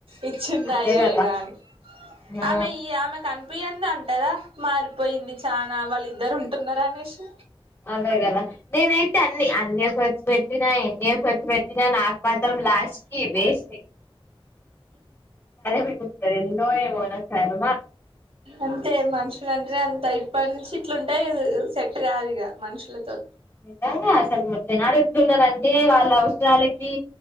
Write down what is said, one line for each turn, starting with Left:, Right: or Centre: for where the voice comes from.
Right: ఇచ్చింద
Left: అదే
Right: ఇయ్యలేద
Left: కదా
Right: అని
Left: ఆ
Right: ఆమె ఈ ఆమె క పియ్యంది అంటదా మారిపోయింది చాలా వాళ్ళిద్దరు ఉంటున్నారుా అనేసి
Left: అదేగద నేనైతే అన్నీ అన్నయ ఖర్చు పెట్టినా ఎన్నో ఖర్చు పెట్టినా నాకు మాత్రం లాస్ట్ కి వేస్టే మిగులుతది ఎందో ఏమో నా కర్మ
Right: అంతే మనుషులని అే అంత ఇప్పటి నుంచి ఇట్లుంటే సెట్ కాదు ఇక మనుషులతో
Left: నిజంగా ఇప్పుడు జనాలు ఎట్లున్నారంటే వాళ్ళు వాళ్ళకి